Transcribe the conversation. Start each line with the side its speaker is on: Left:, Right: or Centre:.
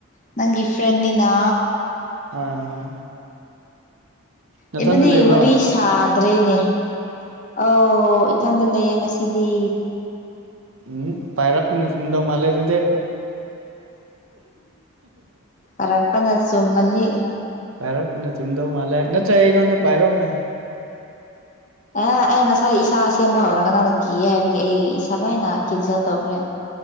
Left: ꯅꯪꯒꯤ ꯐ꯭ꯔꯦꯟꯅꯤꯅ
Right: ꯍꯣꯏ ꯍꯣꯏ ꯅꯊꯟꯗ
Left: ꯑꯤꯕꯅꯤ
Right: ꯂꯩꯕ꯭ꯔꯣ
Left: ꯋꯥꯔꯤ ꯁꯥꯗ꯭ꯔꯦꯅꯦ ꯑꯥꯎ ꯏꯊꯟꯇ ꯂꯩꯌꯦ ꯉꯁꯤꯗꯤ
Right: ꯎꯝ ꯄꯥꯏꯔꯛꯄꯅ ꯆꯨꯝꯗꯧ ꯃꯥꯜꯂꯦ ꯑꯗꯨꯗꯤ
Left: ꯄꯔꯛꯄꯅ ꯆꯨꯝꯃꯅꯤ
Right: ꯄꯥꯏꯔꯛꯄꯅ ꯆꯨꯝꯗꯧ ꯃꯥꯜꯂꯦ ꯅꯠꯇ꯭ꯔ ꯑꯩꯉꯣꯟꯗ ꯄꯥꯏꯔꯧꯅꯦ
Left: ꯑꯥ ꯑꯩ ꯉꯁꯥꯏ ꯏꯁꯥ ꯁꯦꯝꯕ ꯍꯧꯔꯒ ꯅꯪꯅ ꯀꯤ ꯍꯥꯏꯕꯒꯤ ꯑꯩ ꯏꯁꯥ ꯂꯣꯏꯅ ꯀꯦꯟꯁꯦꯜ ꯇꯧꯈ꯭ꯔꯦ